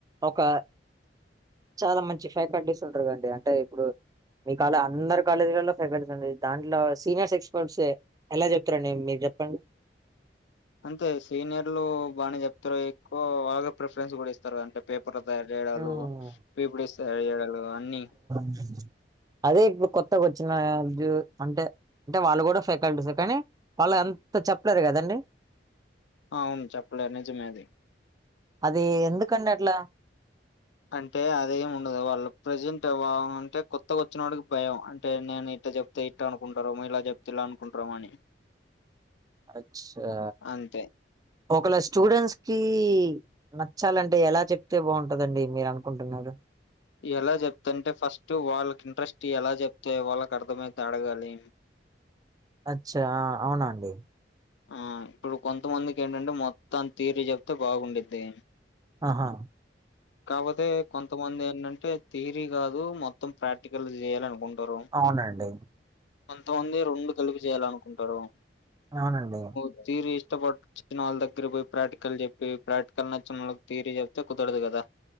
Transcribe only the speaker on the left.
అంతే సీనియర్లు బానే చెప్తారు ఎక్కువ బాగా ప్రిఫరెన్స్ కూడాస్త తారు అంటే పేపర్లు తయార్చేడలు
పీపిడిస్ తయారు చేయడాల్లు అన్ని
అవును చెప్పలే నిజమేది
అంటే అదేమి ఉండదు వాళ్ళు ప్రజెంట్ అంటే కొత్తగా వచ్చిన వాడికి భయం అంటే నేను ఇట్ట చెప్ తే ఇట్ అనుకుంటారెమో ఇలచెప్తే ఇలా అనుకుంటారిమోని
అంతే
ఎలా చెప్తుంటే ఫస్ట్ వాళ్ళకి ఇంట్రెస్ట్ ఎలా చెప్తే వాళ్ళకి అర్థమయితదో అడగాలి
ఆ ఇప్పుడు కొంతమందికి ఏంటంటే మొత్తాం తీరి చెప్తే బాగుండింది
కాపోతే కొంతమంది ఏంటంటే థియరీ కాదు మొత్తం ప్రాక్టికల్ చేయాలనుకుం టరు
కొంతమంది రెండు కలిపి చేయాలనుకుంటారు
స్టీలి ఇష్టపడ్ చెప్పిన వాళ్ళ దగ్గర పోయి ప్రాక్టికల్ చెప్పి ప్రాక్టికల్ నచ్చిన వాళ్ళకి థియరీ చెప్తే కుదరదు కదా